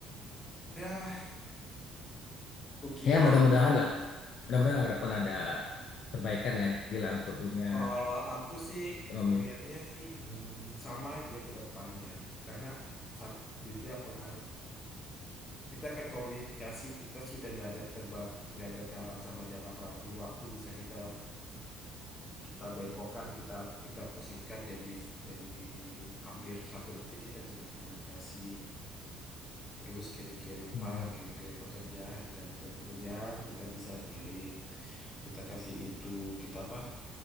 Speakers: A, on the left; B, on the left.
A: Ya, Kukira
B: <laughs> ya mudah-mudahan lah mudah-mudahan ke depan ada perbaikan lagi lah untuk dunia
A: kalau aku sih
B: ekonomi
A: ngelihatnya sih mm, sama aja ke depannya karena saat juga pengaruh kita kan komunikasi kita sudah nggak ada terbat nggak ada kehalang sama jarak lagi waktu bisa kita kita bengkokkan kita kita persingkat jadi jadi hampir satu detik kita bisa berkomunikasi terus kirim-kirim
B: Hmm.
A: file kirim-kirim pekerjaan detail-detail pekerjaan kita bisa ngirim kita kasih itu kita apa